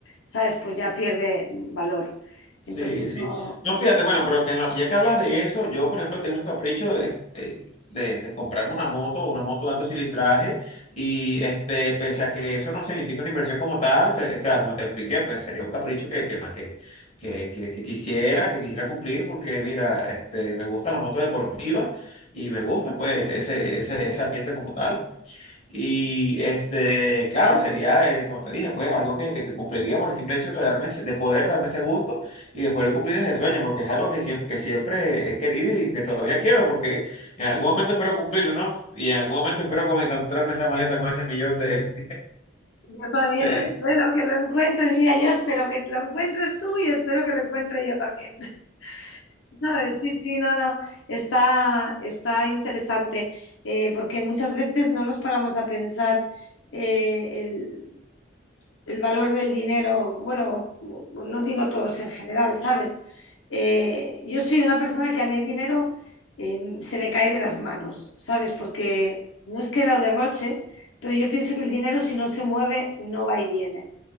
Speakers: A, on the left; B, on the left.
A: ¿sabes? Pues ya pierde valor.
B: Sí,
A: Entonces,
B: sí.
A: no,
B: No,
A: no.
B: fíjate, bueno, pero que en lo- ya que hablas de eso, yo, por ejemplo, tengo un capricho de, de, de- de comprarme una moto, una moto de alto cilindraje, y este, pese a que eso no significa una inversión como tal, se- o sea, como te expliqué, pues sería un capricho que, que, más que, que, que, que quisiera, que quisiera cumplir, porque mira, este, me gusta la moto deportiva y me gusta, pues, ese, ese, ese ambiente como tal. Y este, claro, sería, eh, como te dije, pues algo que, que- que cumpliría por el simple hecho de darme, ese- de poder darme ese gusto y de poder cumplir ese sueño, porque es algo que siempre, que siempre he querido y que todavía quiero, porque en algún momento espero cumplirlo, ¿no? Y en algún momento espero con encontrarme esa maleta con ese millón de,
A: Yo también
B: <laughs> de,
A: lo espero que lo encuentres. Mira, yo espero que lo encuentres tú y espero que lo encuentre yo también. <laughs> no Sí, sí, no, no. Está, está interesante eh, porque muchas veces no nos paramos a pensar eh, el valor del dinero, bueno, no digo todos en general, ¿sabes? Eh, yo soy una persona que a mí el dinero eh, se me cae de las manos, ¿sabes? Porque no es que lo derroche, pero yo pienso que el dinero si no se mueve no va y viene,